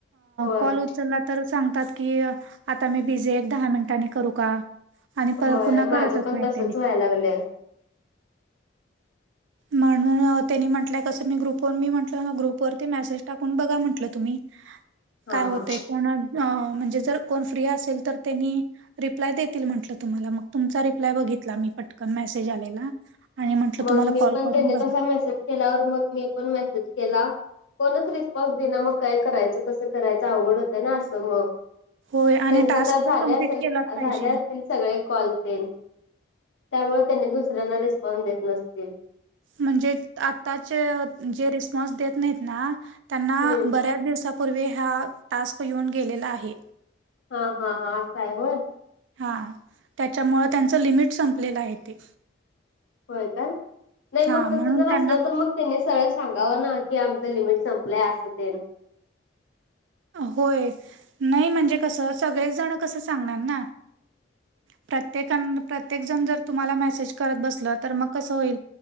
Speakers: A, on the left (about 85°); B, on the right (about 75°).
A: होय
B: कॉल उचलला तर सांगतात की, आता मी बिझीये. एक दहा मिनिटांनी करू का? आणि पर
A: होय
B: पुन्हा करतच
A: माझं पण
B: नाहीतेने.
A: तसच व्हायला लागलंय
B: म्हणून त्यांनी म्हण तस ग्रुप. मी म्हटले ग्रुप मसेज टाकून बघा म्हटलं तुम्ही.
A: हा
B: काय होतेय?
A: हा
B: कोण म्हणजे जर कोण फ्री असेल तर. त्यांनी रिप्लाय देतील म्हटलं तुम्हाला. मग तुमचा रिप्लाय बघितला मी पटकन. मेसेज आलेला. आणि म्हटलं
A: मग
B: तुम्हाला
A: मी
B: कॉल
A: पण.
B: करून
A: त्यांनी
B: बघा.
A: कसा मेसेज केलावर. मग मी पण मेसेज ला. कोणच रिस्पॉन्स देईना. मग काय करायचं. कसं करायचं. आवघड होतय ना. असं मग.
B: होय आणि
A: त्यांच
B: टास्क
A: त
B: तर
A: झाल्या
B: कंप्लीट
A: असेल.
B: केलाच पाहिजे.
A: झाल्या असतील. सगळे कॉल तेन. त्यामुळे त्यांनी दुसऱ्यांना रिस्पॉन्स देत नसतील.
B: म्हणजे आताचे जे, रिस्पॉन्स देत नाहीत ना. त्यांना
A: हम्म
B: बऱ्याच दिवसापूर्वी, हा टास्क येऊन गेलेला आहे.
A: ह, ह, ह. असं आहे होय.
B: हा त्याच्यामुळे, त्यांचं लिमिट संपलेलं आहे ते.
A: होय काय. नाही
B: हा
A: मग
B: म्हणून
A: तस जर
B: त्यांना
A: असलं तर मग. त्यांनी सरळ सांगावं ना. की आमच लिमिट संपलंय असं ते.
B: होय. नाही म्हणजे कसं. सगळेच जण कसं सांगणार ना. प्रत्येकन प्रत्येक जण जर तुम्हाला मेसेज करत बसलं. तर मग कसं होईल.